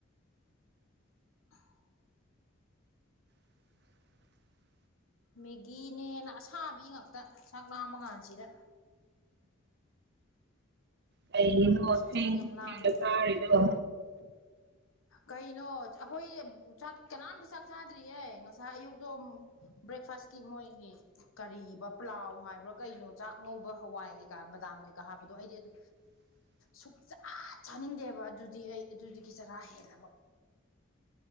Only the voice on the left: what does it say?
<unintelligible>
ꯃꯦꯒꯤꯅꯦꯅ ꯑꯁꯥꯕꯤ ꯉꯥꯛꯇ ꯆꯥꯛ ꯂꯥꯝꯃ ꯀꯥꯟꯁꯤꯗ
ꯆꯥꯛ ꯌꯥꯝ ꯂꯥꯝꯃꯦ
ꯀꯩꯅꯣ ꯑꯩꯈꯣꯏ ꯆꯥꯛ ꯀꯅꯥꯝꯇ ꯆꯥꯛ ꯆꯥꯗ꯭ꯔꯤꯌꯦ ꯉꯁꯥꯏ ꯑꯌꯨꯛꯇꯣ ꯕ꯭ꯔꯦꯛꯐꯥꯁ ꯀꯤ ꯃꯣꯏꯒꯤ ꯀꯔꯤꯕ ꯄ꯭ꯂꯥꯎ ꯍꯥꯏꯕ꯭ꯔꯥ ꯀꯩꯅꯣ ꯆꯥꯛ ꯑꯉꯧꯕ ꯍꯋꯥꯏ ꯀꯩꯀꯥ ꯕꯗꯥꯝ ꯀꯩꯀꯥ ꯍꯥꯞꯄꯗꯣ ꯑꯩꯗꯤ ꯑꯗꯨ
ꯁꯨꯛꯆꯥꯥ ꯆꯥꯅꯤꯡꯗꯦꯕ ꯑꯗꯨꯗꯤ ꯑꯩ ꯑꯗꯨꯗꯒꯤ ꯆꯔꯥ ꯍꯦꯜꯂꯕ